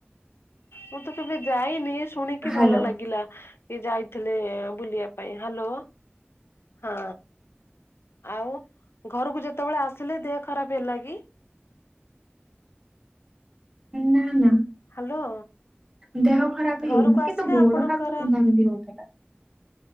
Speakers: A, on the left; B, on the right.
A: ମୁଁ ତ କେବେ ଯାଇନି ଶୁଣିକି
B: ହ୍ୟାଲୋ
A: ଭଲ ଲାଗିଲା। କି ଯାଇଥିଲେ ବୁଲିବା ପାଇଁ ହ୍ୟାଲୋ? ହଁ ଆଉ ଘରକୁ ଯେତେବେଳେ ଆସିଲେ ଦେହ ଖରାପ୍ ହେଲା କି?
B: ନା ନା
A: ହ୍ୟାଲୋ।
B: ଦେହ ଖରାପ୍
A: ଘରକୁ
B: ହେଇନି
A: ଆସିଲେ
B: କିନ୍ତୁ ଗୋଡ
A: ଆପଣଙ୍କର
B: ହାତ ବିନ୍ଧା ବିନ୍ଧି ହଉଥିଲା।